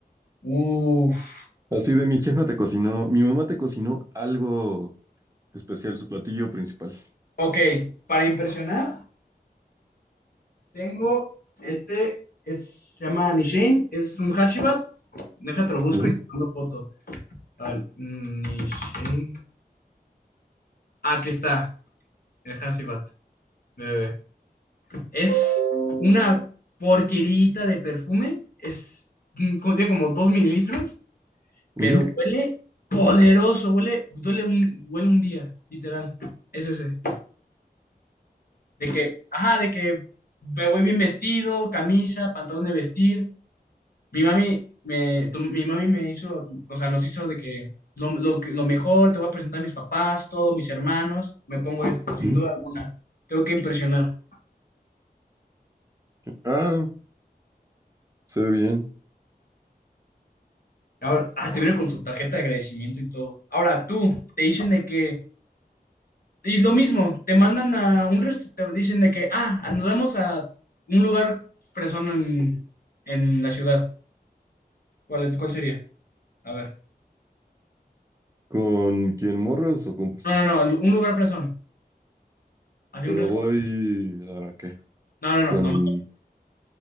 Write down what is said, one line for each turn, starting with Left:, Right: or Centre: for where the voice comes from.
Left: Uf.
Right: Así de mi jefa te cocinó, mi mamá te cocinó algo especial, su platillo principal.
Left: Ok, para impresionar. Tengo este, es, se llama Nishin, es un Hachibat. Déjate lo busco
Right: Ujú,
Left: y te mando foto. A ver, Nishin. Ah, aquí está, el Hachibat. bebé. Es una porquerita de perfume. Es, contiene como dos mililitros,
Right: ujú,
Left: pero huele poderoso. Huele, huele un, huele un día, literal. Es ese. De que, ajá, de que me voy bien vestido, camisa, pantalón de vestir Mi mami me, tu- mi mami me hizo, o sea, nos hizo de que lo, lo, que- lo mejor, te voy a presentar a mis papás, todos mis hermanos, me pongo este, sin
Right: ujú.
Left: duda alguna, tengo que impresionar.
Right: Ah, se ve bien.
Left: Ahora, ah, te viene con su tarjeta de agradecimiento y todo. Ahora tú, te dicen de que, y lo mismo, te mandan a un restaurante, te dicen de que, ah, ah, nos vamos a un lugar fresón en, en la ciudad. ¿Cuál, es- cuál sería? A ver.
Right: ¿Con quién morras o compas?
Left: No, no, no, un lugar fresón, así
Right: Pero
Left: un restaurante.
Right: voy a qué?
Left: No, no,
Right: Con,
Left: no, no.